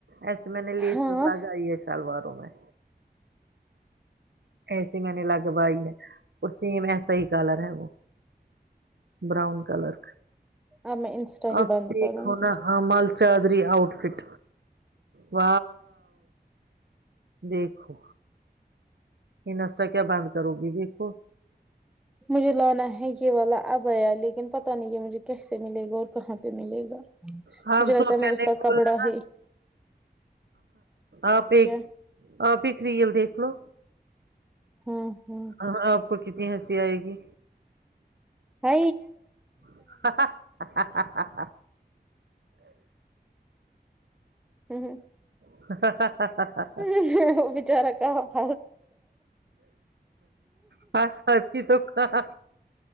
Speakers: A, on the right; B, in the centre.
A: ایسے میں نے لیس
B: ہاں
A: لگائی ہے شالواروں میں ایسیے میں نے لگوائی ہے اور سیم ایسا ہی کلر ہے وہ براؤن کلر
B: اب میں انسٹا ہی
A: اب
B: بند
A: دیک
B: کروں
A: ہونا
B: گی
A: ہ مال چادادری آؤٹ فٹ و دیکھو یہ نشتہ کیا بند کرو گی دیکھو
B: مجھے لانا ہے یہ والا اب آیا لیکن پتا نہیں ہے مجھے کیسے ملے گا اور کہاں پہ ملے گا
A: ہاں
B: مجھے لگتا
A: سوفیا
B: ہے میں اس
A: نے
B: کا
A: بولا
B: کپڑا
A: نا
B: ہے
A: آپ ایک
B: کیا
A: آپ ب کریئل دیکھ لو
B: ہاں ہاں
A: ہاں آپ کو کتنی ہنسی آئے گی
B: ا
A: <inaudible>
B: ہوں ہوں
A: <inaudible>
B: وہ بچارا کا <inaudible>
A: پھنسا بھی تو کہا